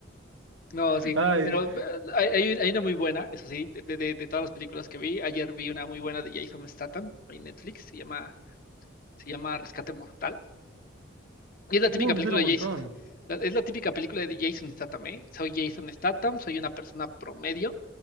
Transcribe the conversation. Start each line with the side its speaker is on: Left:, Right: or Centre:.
Left: No, sí,
Right: Ay,
Left: pero eh, hay, hay hay una muy buena, eso sí, de, de- de- de todas las películas que vi. Ayer vi una muy buena de Jason Statham en Netflix, se llama, se llama Rescate Mortal. Y es la típica
Right: uh, me
Left: película
Right: suena un
Left: de
Right: montón.
Left: Jason. la- es la típica película de Jason Statham, ¿eh? Soy Jason Statham, soy una persona promedio,